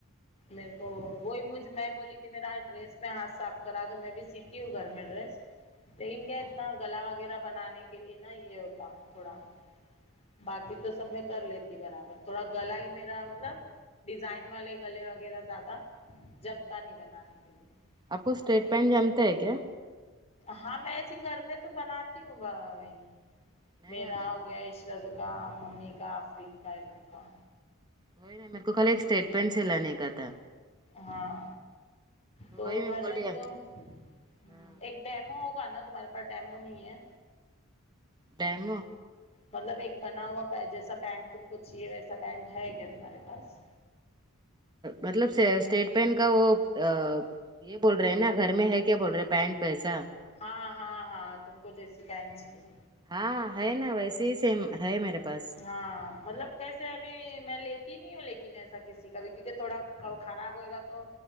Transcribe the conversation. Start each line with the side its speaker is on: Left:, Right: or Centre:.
Left: میرے کو وہی مجھ میں بولی تھی میرا ڈریس میں ہاتھ صاف کرا دو میں بھی سیتی ہوں گھر میں ڈریس لیکن کیا
Right: ہاں
Left: اتنا گلا وغیرہ بنانے کے لیے نا یہ ہوتا تھوڑا باقی تو سب میں کر لیتی برابر تھوڑا گلا ہی میرا مطلب ڈیزائن والے گلے وغیرہ زیادہ جمتا نہیں بنانے کے لیے
Right: آپ کو اسٹریٹ
Left: تو
Right: پینٹ جامتا ہے کیا
Left: ہاں میں ایسے گھر میں تو بناتی ہوں بھائی
Right: نہیں
Left: میرا
Right: اگر
Left: ہو گیا جد کام ممی کا آفرین کا یہ لوگ کا
Right: وہی نا میرے کو خالی ایک اسٹیٹ پینٹ سی لانے کا تھا
Left: ہاں تو
Right: وہی
Left: گھر
Right: بول
Left: میں
Right: رہیا
Left: تو ہوں
Right: ہاں
Left: ایک ڈیمو ہوگا نا تمہارے پاس ڈیمو نہیں ہے
Right: ڈیمو
Left: مطلب ایک بنا ہوا پے جیسا پینٹ تم کو چاہیے ویسا پینٹ ہے کیا تمہارے پاس
Right: مطلب س اسٹیٹ بینٹ کا وہ آ یہ بول رہے ہیں نا گھر میں ہے کیا بول رہے پینٹ ویسا
Left: ہاں ہاں ہاں تم کو جیسی پینٹ چاہیے
Right: ہاں ہے نا ویسے ہی سیم ہے میرے پاس
Left: ہاں مطلب کیسے ابھی میں لیتی نہیں ہوں لیکن ایسا کسی کا بھی کیونکہ تھوڑا کا وہ خراب ہوئے گا تو